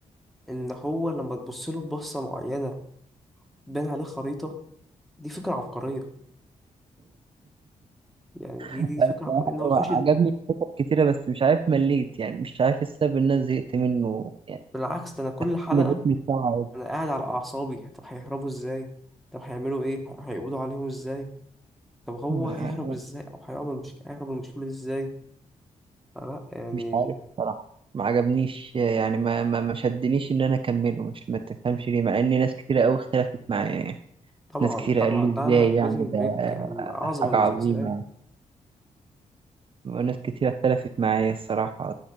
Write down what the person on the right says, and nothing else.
الصراحة
هو
<laughs> عجبني
الكتب كتيرة بس مش عارف مليت يعني مش عارف السبب ان انا زهقت منه يعني
من الريتم بتاعه
عادي
مش عارف بصراحة ما عجبنيش يعني ما ما ما شدنيش ان انا اكمله مش ما تفهمش ليه مع ان ناس كتيرة قوي اختلفت معايا يعني
ناس كتيرة
قالوا لي
ازاي
يعني
ده
حاجة
عظيمة وناس كتيرة اختلفت معايا الصراحة